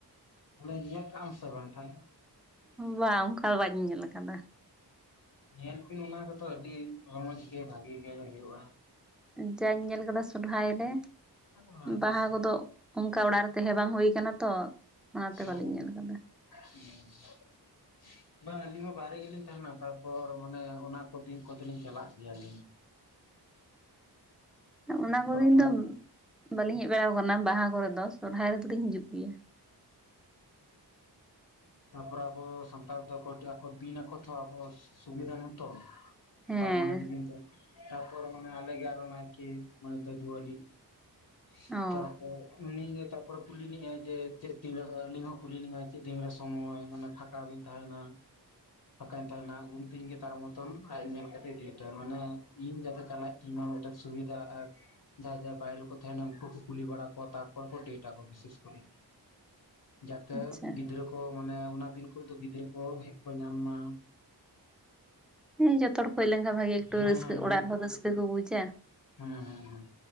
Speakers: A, on the left; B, in the centre.
A: ᱛᱟᱦᱚᱞᱮ ᱱᱤᱭᱟᱹ ᱠᱟᱜ ᱟᱢ ᱥᱮ ᱵᱟᱝ ᱛᱟᱦᱚᱞᱮ
B: ᱵᱟᱝ ᱚᱱᱠᱟ ᱵᱟᱧ ᱧᱮᱞ ᱠᱟᱫᱟ
A: ᱧᱮᱞ ᱵᱤᱱ ᱚᱱᱟ ᱠᱚᱫᱚ ᱟᱹᱰᱤ ᱨᱚᱢᱚᱡᱽ ᱜᱮ ᱵᱷᱟᱜᱤ ᱜᱮ ᱦᱩᱭᱩᱜᱼᱟ
B: ᱡᱟᱧ ᱧᱮᱞ ᱠᱟᱫᱟ ᱥᱚᱨᱦᱟᱭ ᱨᱮ
A: ᱚ ᱟᱪᱪᱷᱟ
B: ᱵᱟᱦᱟ ᱠᱚᱫᱚ ᱚᱱᱠᱟ ᱚᱲᱟᱜ ᱨᱮ ᱛᱟᱦᱮᱸ ᱵᱟᱝ ᱦᱩᱭ ᱠᱟᱱᱟ ᱛᱚ ᱚᱱᱟᱛᱮ ᱵᱟᱹᱞᱤᱧ
A: ᱚ
B: ᱧᱮᱞ ᱟᱠᱟᱫᱟ
A: ᱦᱮᱸ <unintelligible> ᱵᱟᱝ ᱟᱹᱞᱤᱧ ᱦᱚᱸ ᱵᱟᱭᱨᱮ ᱜᱮᱞᱤᱧ ᱛᱟᱦᱮᱱᱟ ᱛᱟᱨᱯᱚᱨ ᱢᱟᱱᱮ ᱚᱱᱟ ᱠᱚ ᱫᱤᱱ ᱠᱚᱫᱚ ᱞᱤᱧ ᱪᱟᱞᱟᱜ ᱜᱮᱭᱟ <unintelligible>
B: ᱦᱮᱸ ᱚᱱᱟ ᱠᱚᱜᱮ ᱤᱧ
A: ᱢᱟᱱᱮ
B: ᱫᱚ ᱵᱟᱹᱞᱤᱧ ᱦᱮᱡ ᱵᱟᱲᱟ ᱟᱠᱟᱱᱟ ᱵᱟᱦᱟ ᱠᱚᱨᱮᱫᱚ ᱥᱚᱨᱦᱟᱭ ᱨᱮᱫᱚᱞᱤᱧ ᱦᱤᱡᱩᱜ ᱜᱮᱭᱟ
A: ᱛᱟᱨᱯᱚᱨ ᱟᱵᱚ ᱥᱟᱱᱛᱟᱲ ᱫᱚᱠᱚ ᱫᱤᱱ ᱟᱠᱚ ᱛᱚ ᱟᱵᱚ ᱥᱩᱵᱤᱫᱷᱟ ᱢᱚᱛᱚ
B: ᱦᱮᱸ
A: ᱯᱟᱨᱢᱟᱱᱮᱱᱴ ᱫᱤᱱ ᱛᱚ ᱛᱟᱨᱯᱚᱨ ᱢᱟᱱᱮ ᱟᱞᱮ ᱜᱮ ᱟᱨᱚ ᱱᱟᱭᱠᱮ ᱢᱟᱱᱮ ᱫᱟᱫᱩᱣᱟᱞᱤ <unintelligible>
B: ᱚ
A: ᱛᱟᱨᱯᱚᱨ ᱩᱱᱤᱜᱮ ᱛᱟᱯᱚᱨᱮ ᱠᱩᱞᱤ ᱞᱤᱧᱟᱭ ᱡᱮ ᱪᱮᱫ ᱛᱤᱱ ᱨᱮ ᱟᱹᱞᱤᱧ ᱦᱚᱸ ᱠᱩᱞᱤ ᱞᱤᱧᱟᱭ ᱪᱮᱫ ᱫᱤᱱ ᱨᱮ ᱥᱚᱢᱚᱭ ᱢᱟᱱᱮ ᱯᱷᱟᱸᱠᱟ ᱵᱤᱱ ᱛᱟᱦᱮᱱᱟ ᱯᱷᱟᱠᱟᱧ ᱛᱟᱦᱮᱱᱟ ᱩᱱ ᱫᱤᱱ ᱜᱮ ᱛᱟᱨ ᱢᱚᱛᱚᱱ ᱟᱡ ᱧᱮᱞ ᱠᱟᱛᱮᱫ ᱪᱤᱢ ᱞ, ᱟᱭ ᱢᱟᱱᱮ ᱤᱧ ᱡᱟᱛᱮ ᱪᱟᱞᱟᱜ ᱛᱤᱱᱟ ᱢᱮᱫᱴᱟᱜ ᱥᱩᱵᱤᱫᱷᱟ ᱮᱯ ᱡᱟᱦᱟᱭ ᱡᱟᱦᱟᱭ ᱵᱟᱭᱨᱮ ᱠᱚ ᱛᱟᱦᱮᱱᱟ ᱚᱱᱠᱩ ᱠᱚ ᱠᱩᱞᱤ ᱵᱟᱲᱟ ᱠᱟᱣᱟ ᱛᱟᱨᱯᱚᱨ ᱠᱚ ᱰᱮᱴ ᱟᱠᱚᱣᱟ ᱵᱤᱥᱮᱥ ᱠᱚᱨᱮ ᱡᱟᱛᱮ
B: ᱟᱪᱪᱷᱟ
A: ᱜᱤᱫᱽᱨᱟᱹ ᱠᱚ ᱢᱟᱱᱮ ᱚᱱᱟ ᱫᱤᱱ ᱠᱚᱨᱮ ᱫᱚ ᱜᱤᱫᱽᱨᱟᱹ ᱠᱚ ᱦᱮᱡ ᱧᱟᱢ ᱢᱟ
B: ᱦᱮᱸ ᱡᱚᱛ ᱦᱚᱲ ᱦᱮᱡ ᱞᱮᱱᱠᱷᱟᱱ ᱵᱷᱟᱜᱤ ᱮᱠᱴᱩ
A: ᱦᱮᱸ
B: ᱨᱟᱹᱥᱠᱟᱹ
A: ᱦᱮᱸ
B: ᱚᱲᱟᱜ ᱨᱮᱦᱚᱸ ᱨᱟᱹᱥᱠᱟᱹ ᱠᱚ ᱵᱩᱡᱟ
A: <unintelligible> ᱦᱮᱸ ᱦᱮᱸ ᱦᱮᱸ